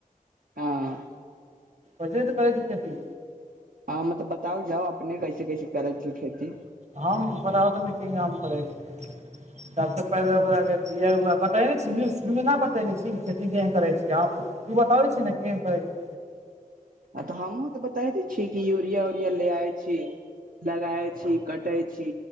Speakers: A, on the right (about 70°); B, on the right (about 50°).
A: हां।
B: ओजे तै करय छै खेती।
A: हां मतलब बताउल जाउ अपने कैसे-कैसे करय छियै खेती?
B: हम <unintelligible> काम करय छीयै। सबसे पहले ओकरा जे बिया उवा बतेनय छी नै <unintelligible> न बतेनय छी खेती केहेन करय छीयै यहां पे ई बताबै छी नै केहेन करय छै।
A: आ तै हम्हुँ तऽ बताए दै छीयै कि यूरिया-उरिया ले आबै छी लगाय छी, कटै छी,